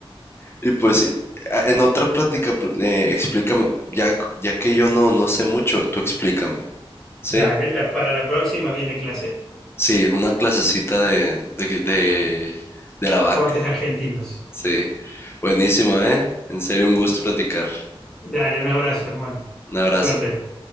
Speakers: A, on the left (about 25°); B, in the centre.
A: Y pues, eh, en otra plática, pl- eh, explícame. Ya, ya que yo no, no sé mucho, tú explícame. ¿Sí?
B: Dale, la- para la próxima viene clase.
A: Sí, una clasecita de, de, de, de la vaca.
B: Cortes argentinos.
A: Sí. Buenísimo, ¿eh? En serio, un gusto platicar.
B: Dale, un abrazo, hermano.
A: Un abrazo.
B: Suerte.